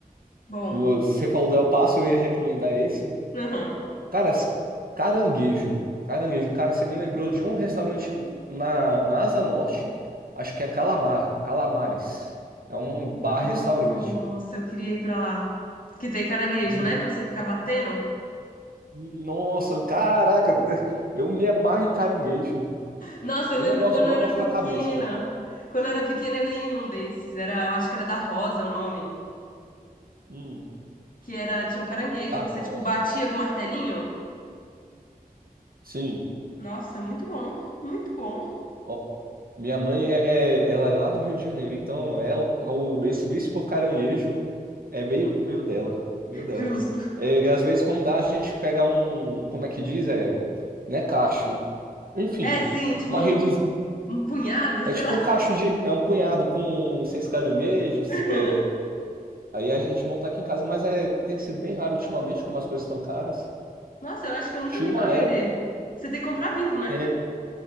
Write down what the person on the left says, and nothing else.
bom.
Aham.
Nossa, eu queria ir pra lá. Que tem caranguejo,
né? Pra você ficar batendo.
Nossa, eu
lembro
quando
eu era
pequena.
Quando eu era pequena, eu ia em um desses. Era, eu acho que era da Rosa o nome.
Que era, tinha um caranguejo,
você,
tipo, batia com o martelinho.
Nossa, muito bom. Muito bom.
Justo.
É, sim, tipo,
um,
um punhado,
sei
lá.
<laughs>
Nossa, eu acho que eu nunca
vi
pra vender.
Você tem que comprar vivo, né?